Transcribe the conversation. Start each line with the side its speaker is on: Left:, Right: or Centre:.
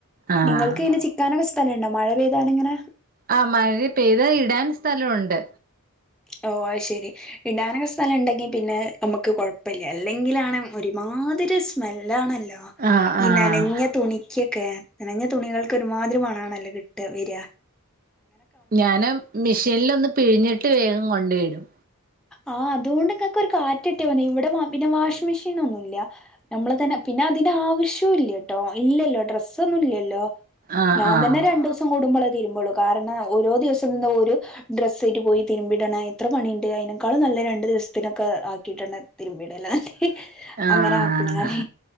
Right: ആഹ്
Centre: നിങ്ങൾക്ക് അയ്ന് ചിക്കാനൊക്കെ സ് ഥലണ്ടോ മഴ പെയ്താലിങ്ങനെ
Right: ആ മഴ പെയ്താ ഇടാൻ സ്ഥലോണ്ട്
Centre: ഓ അയ് ശെരി ഇടാനൊക്കെ സ്ഥലണ്ടെങ്കി പിന്നെ നമുക്ക് കൊഴപ്പല്ല അല്ലെങ്കിലാണ് ഒരുമാതിരി സ്മെല്ലാണ ല്ലാ
Right: ആഹ്
Centre: ഈ
Right: ആഹ്
Centre: നനഞ്ഞ തുണിക്ക് ക്കെ നനഞ്ഞ തുണികൾക്ക് ഒരുമാതിരി മണണല്ലോ കിട്ടാ വെരാ
Right: ഞാന് മെഷീനിലൊന്ന് പിഴിഞ്ഞിട്ട് വേഗം കൊണ്ടയിടും
Centre: ആ അത്കൊണ്ട് ങ്ങക്കൊരു കാറ്റ് കിട്ട്യാമതി ഇവടെ വ പിന്നെ വാഷ്മെഷീനൊന്നുല്ല്യ നമ്മള് തന്നെ പിന്നെ അതിന്റെ ആവശ്യൂല്ലട്ടോ ഇല്ലല്ലോ ഡ്രസ്സൊന്നുല്ലല്ലോ
Right: ആഹ്
Centre: ഞാൻ
Right: ആഹ്
Centre: തന്നെ രണ്ടൂസം കൂടുമ്പളെ തിര്മ്പോളൂ കാരണം ഓരോ ദിവസട്ന്ന ഒരു ഡ്രസ്സെയ്റ്റ് പോയി തിര്മ്പിടണ എത്ര പണി ണ്ട് അയ്നേക്കാളും നല്ലെ രണ്ട് ദിവസത്തിനൊക്കെ ആക്കിട്ടെന്നെ തിര്മ്പിടല്ലാണ്
Right: ആഹ്
Centre: അങ്ങനാക്കും ഞാന്